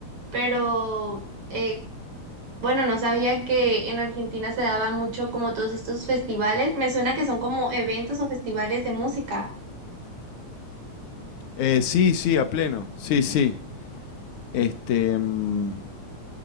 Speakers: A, on the right; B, on the left.
A: pero eh, bueno, no sabía que en Argentina se daban mucho como todos estos festivales. Me suena que son como eventos o festivales de música.
B: Eh, sí, sí, a pleno, sí, sí. Este, mm,